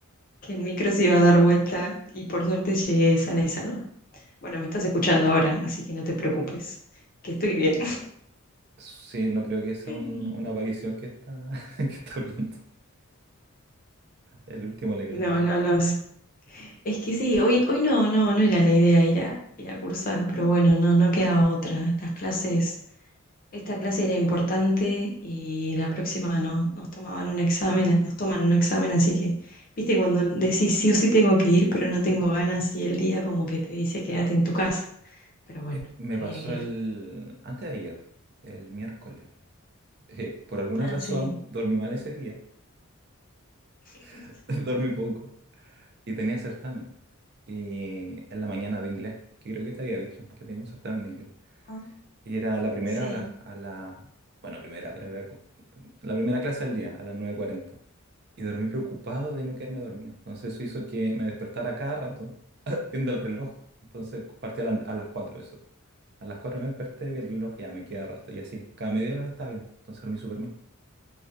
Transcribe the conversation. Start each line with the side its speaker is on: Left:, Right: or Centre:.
Left: que el micro se iba a dar vuelta y por suerte llegué sana y salva. Bueno, me estás escuchando ahora, así que no te preocupes, que estoy bien.
Right: Sí, no creo que sea
Left: <laughs>
Right: un- una aparición que está, <laughs> que está hablando. El último legado
Left: No,
Right: de-
Left: no, no. es Es que sí, hoy, hoy no, no, no era la idea ir a, ir a cursar, pero bueno, no, no quedaba otra. Las clases Esta clase era importante y la próxima no, nos tomaban un examen, nos toman un examen, así que, viste, cuando decís sí o sí tengo que ir, pero no tengo ganas y el día como que te dice quédate en tu casa. Pero bueno,
Right: Eh, me
Left: había
Right: pasó
Left: que ir.
Right: el... antes de ayer, el miércoles. eh, por alguna
Left: Ah,
Right: razón
Left: sí.
Right: dormí mal ese día,
Left: <laughs>
Right: <laughs> dormí poco y tenía certamen. Y en la mañana de inglés, que creo que te había dicho que tenía un certamen de inglés.
Left: Ah,
Right: Y era la primera
Left: Sí.
Right: hora, a la... Bueno, primera hora era co- la primera clase del día, a las nueve cuarenta Y dormí preocupado de no quedarme dormido. Entonces eso hizo que me despertara cada rato viendo el reloj. Entonces partí a, la- a las 4 eso. A las 4 me desperté, vi el reloj y ya me queda rato. Y así, cada media hora estaba viendo. Entonces dormí súper mal.